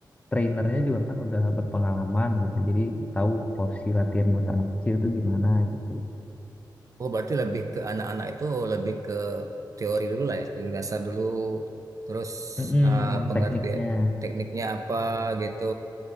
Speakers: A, on the left; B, on the right.
A: trainernya juga kan udah berpengalaman gitu jadi tahu porsi latihan buat anak kecil tuh gimana gitu
B: Oh, berarti lebih ke anak-anak itu lebih ke teori dulu lah ya, teori dasar dulu. Terus
A: Mm-mm,
B: eh, pengertian
A: tekniknya
B: tekniknya apa gitu.